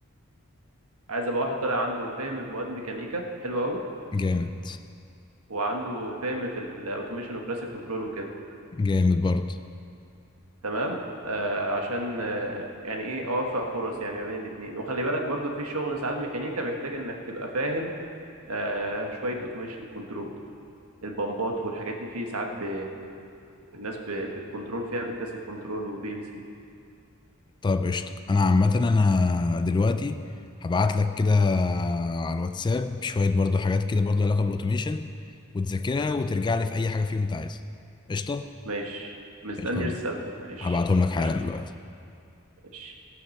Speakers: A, on the right (about 80°); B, on the left (about 20°).
A: عايز ابقى واحد طالع عنده فهم في مواد ميكانيكا حلو قوي
B: جامد
A: وعنده فهم في الاوتوميشن وكلاسيك كنترول وكده
B: جامد برضه
A: تمام آه عشان آه يعني ايه اوفق فرص يعني ما بين الاثنين وخلي بالك برضو في شغل ساعات ميكانيكا بيحتاج انك تبقى فاهم آه شويه اوتوميشن كنترول البمبات والحاجات دي في ساعات ب... الناس ب... بتكنترول فيها بكلاسيك كنترول وبي ال سي
B: طيب قشطة أنا عامة أنا دلوقتي هبعت لك كده على الواتساب شوية برضو حاجات كده برضو علاقة بالأوتوميشن وتذاكرها وترجع لي في أي حاجة فيهم أنت عايزها قشطة
A: ماشي مستني
B: قشطة
A: رسالتك ماشي
B: هبعتهم لك حالا
A: قشطه
B: دلوقتي
A: ماشي